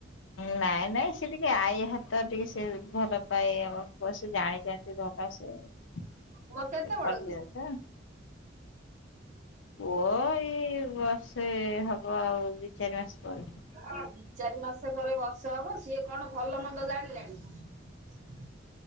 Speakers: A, on the left (about 85°); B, on the right (about 40°).
A: ନାଇଁ ନାଇଁ ସେ ଟିକେ ଆଈ ହାତ ଟିକେ ସେ ଭଲ ପାଇଁ ଆମ ପୁଅ ସେ ଜାଣିଛନ୍ତି ଭଲ ସିଏ
B: ପୁଅ କେତେ ବଡ
A: କରିଦିଅ
B: କି?
A: ତ। ପୁଅ ଏଇ ବର୍ଷେ ହବ ଆଉ ଦି ଚାରି ମାସ ପରେ।
B: ଆଉ ଦି ଚାରି ମାସ ପରେ ବର୍ଷା ହବ ସିଏ କଣ ଭଲ ମନ୍ଦ ଜାଣିଲାଣି।